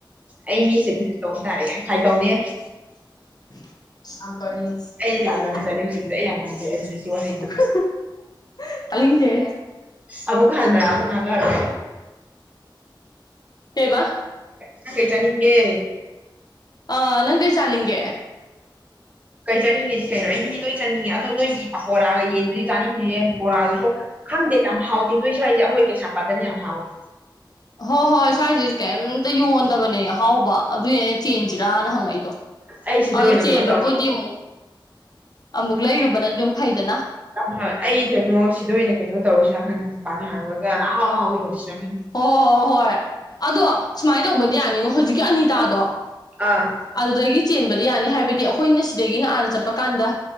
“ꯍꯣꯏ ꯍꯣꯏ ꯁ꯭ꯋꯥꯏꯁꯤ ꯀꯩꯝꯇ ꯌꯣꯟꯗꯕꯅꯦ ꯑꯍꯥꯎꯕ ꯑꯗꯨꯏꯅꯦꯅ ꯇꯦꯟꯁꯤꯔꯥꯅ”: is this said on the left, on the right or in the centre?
Left